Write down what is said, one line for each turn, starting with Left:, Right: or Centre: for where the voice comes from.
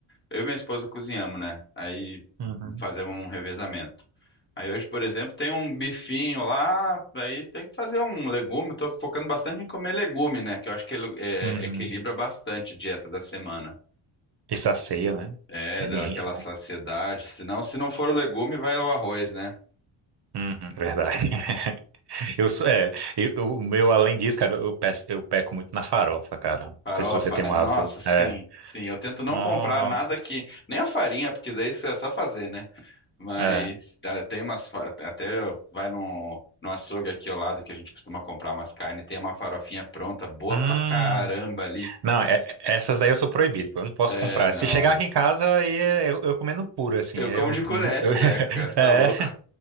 Left: eu e minha esposa cozinhamos, né? Aí
Right: Uhum.
Left: fazemos um revezamento. Aí hoje, por exemplo, tem um bifinho lá, aí tem que fazer um legume. Estou focando bastante em comer legume, né? Que eu acho que ele é,
Right: Uhum.
Left: equilibra bastante a dieta da semana.
Right: E sacia, né?
Left: É,
Right: Ele
Left: dá
Right: enche,
Left: aquela
Right: né?
Left: saciedade. Senão, se não for o legume, vai o arroz, né?
Right: Uhum, verdade. <laughs> Eu sou, é, eu- eu- o meu, além disso, cara, eu peço, eu peco muito na farofa, cara. Não
Left: Farofa,
Right: sei se você tem
Left: né?
Right: um hábito.
Left: Nossa, sim,
Right: É.
Left: sim. Eu tento não
Right: Nossa.
Left: comprar nada que. Nem a farinha, porque daí isso é só fazer, né? Mas
Right: É.
Left: tá, tem umas. fa- Até vai no, no açougue aqui ao lado que a gente costuma comprar umas carnes. Tem uma farofinha pronta, boa
Right: Hum.
Left: pra caramba ali.
Right: Não, é- essas daí eu sou proibido, pô. Eu não posso
Left: É,
Right: comprar.
Left: não.
Right: Se chegar
Left: é-
Right: aqui em casa, aí é- eu, eu comendo puro, assim.
Left: Eu
Right: Aí
Left: como
Right: Eu,
Left: de colher
Right: nu-
Left: esse
Right: <laughs> eu, <laughs>
Left: treco, cara. Tá
Right: é.
Left: louco.